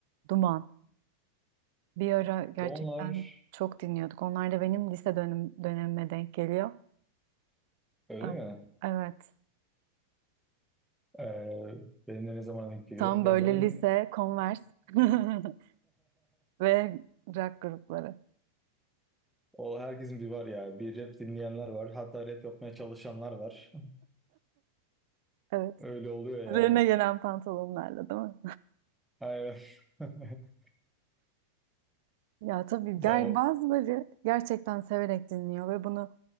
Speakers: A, on the right; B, in the centre.
A: Duman. Bir ara gerçekten
B: ve onlar
A: çok dinliyorduk. Onlar da benim lise dönüm, dönemime denk geliyor.
B: öyle
A: E,
B: mi?
A: Evet.
B: Ee, benim de ne zaman denk geliyor?
A: Tam
B: Ya
A: böyle
B: benim
A: lise, Converse <laughs> ve rock grupları.
B: <laughs> O herkesin bir var ya. Bir rap dinleyenler var. Hatta rap yapmaya çalışanlar var. <laughs>
A: Evet.
B: Öyle oluyor yani.
A: Üzerine gelen pantolonlarla değil mi?
B: Aynen. <laughs>
A: Ya tabii
B: Ya
A: ger
B: o
A: bazıları gerçekten severek dinliyor ve bunu